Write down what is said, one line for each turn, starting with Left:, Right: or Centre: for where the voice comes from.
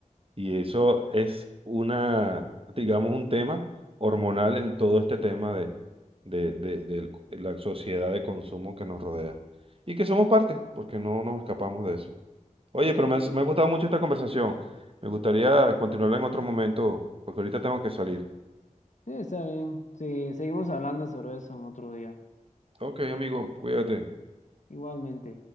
Right: Y eso es una, digamos, un tema hormonal en todo este tema de, de, de- del- de la sociedad de consumo que nos rodea. Y que somos parte, porque no nos escapamos de eso. Oye, pero me, has- me ha gustado mucho esta conversación. Me gustaría continuarla en otro momento, porque ahorita tengo que salir.
Left: Sí, está bien. Sí, seguimos hablando sobre eso en otro día.
Right: Ok, amigo, cuídate.
Left: Igualmente.